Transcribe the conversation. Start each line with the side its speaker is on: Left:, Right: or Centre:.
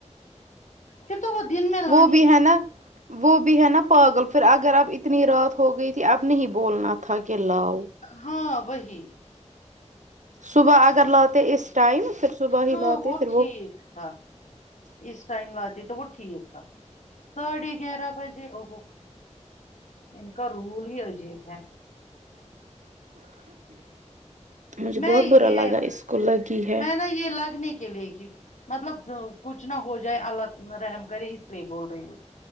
Left: کی تو وہ دن میں لانی
Right: وہ بھی
Left: تھی
Right: ہے نا وہ بھی ہے نا پاگل پھر اگر اب اتنی رات ہو گئی تھی اب نہیں بولنا تھا پلاؤ
Left: ہاں وہی
Right: صبح اگر لاتے اس ٹائم پھر صبح
Left: ہاں
Right: ہی لاتے
Left: وہ
Right: پھر
Left: ٹھیک تھا اس ٹائم لاتے تو وہ ٹھیک تھا ساڑھے گیارہ بجے او ان کا رول ہی عجیب ہے
Right: مجھے
Left: میں
Right: بہت برا
Left: یہ
Right: لگا اس کو لگی ہے
Left: میں نا یہ لگنے کے لیے کی مطلب کچھ نہ ہو جائے اللہ رحم کرے اس لیے بول رہی ہوں